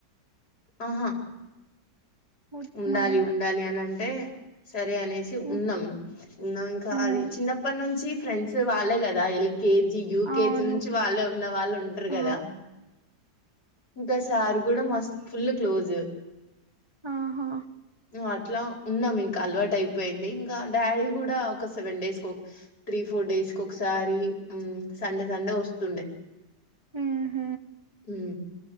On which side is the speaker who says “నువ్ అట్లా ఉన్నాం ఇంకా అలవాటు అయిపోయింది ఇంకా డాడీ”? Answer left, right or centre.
Left